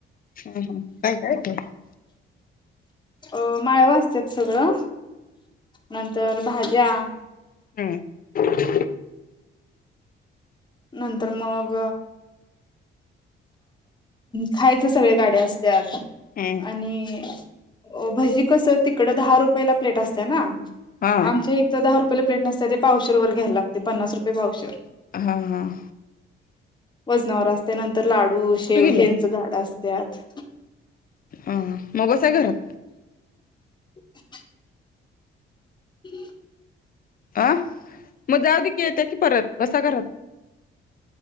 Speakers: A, on the left (about 45°); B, on the left (about 20°).
A: हम् हम् काय का काय <unintelligible>
B: अ माळव असतात सगळं नंतर भाज्या
A: हम्म. <unintelligible>
B: नंतर मग खायच सगळे गाड्या असत्यात
A: हं.
B: आणि अ भजी कस तिकड दहा रुपयेला प्लेट असते ना
A: हा
B: आमच्या इ च दहा रुपयेला प्लेट नसत ते पावशेरवर घ्यायला लागतेय पन्नास रुपये पावशेरं.
A: हा हां.
B: वजनावर असते नंतर लाडू शेव
A: कुठे गेल्या?
B: हेंच गाड असत्यात.
A: हा मग बसा घरात.
B: <inaudible> ह <inaudible> <unintelligible>
A: अ मग जाऊ दे येता की परत बसा घरात